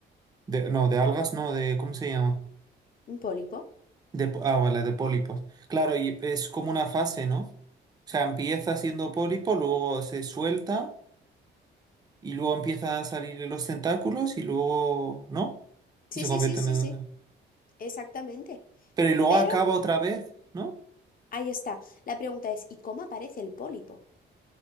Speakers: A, on the right; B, on the left.
A: de- no, de algas, no, de, ¿cómo se llama?
B: ¿Un pólipo?
A: De, po- ah, vale, de pólipos. Claro, y es como una fase, ¿no? O sea, empieza siendo pólipo, luego se suelta y luego empiezan a salir los tentáculos y luego, ¿no?
B: Sí,
A: Y se
B: sí,
A: convierte
B: sí, sí,
A: en medusa.
B: sí, exactamente.
A: Pero y luego
B: Pero
A: acaba otra vez, ¿no?
B: ahí está. La pregunta es, ¿y cómo aparece el pólipo?